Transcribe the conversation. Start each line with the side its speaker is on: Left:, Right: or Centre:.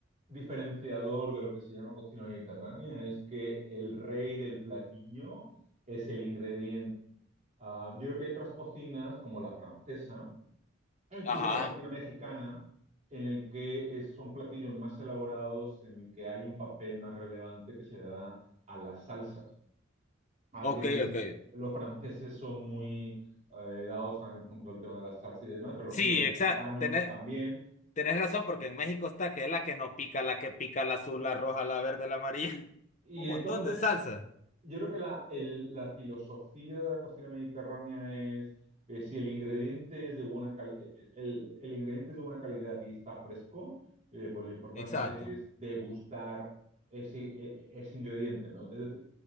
Right: diferenciador de lo que se llama cocina mediterránea es que el rey del platillo es el ingrediente. Ah, yo creo que hay otras cocinas, como la francesa, o incluso
Left: Ajá.
Right: la cocina mexicana, en el que es- son platillos más elaborados, en el que hay un papel más relevante que se le da a las salsas. Ah,
Left: Ok,
Right: tienes,
Left: ok.
Right: los franceses son muy eh, dados también, por ejemplo, el tema de las salsas y demás, pero,
Left: Sí,
Right: por ejemplo, los
Left: exacto.
Right: mexicanos
Left: Tenés,
Right: también.
Left: tenés razón, porque en México está que es la que no pica, la que pica, la azul, la roja, la verde, la amarilla. <laughs>
Right: Y
Left: Un
Right: entonces
Left: montón de salsa.
Right: Yo creo que la, el- la filosofía de la cocina mediterránea es eh, si el ingrediente es de buena cal- eh, eh, el, el ingrediente es de buena calidad y está fresco, eh, pues lo importante
Left: Exacto.
Right: es degustar ese, e- e- ese ingrediente, ¿no? Desde-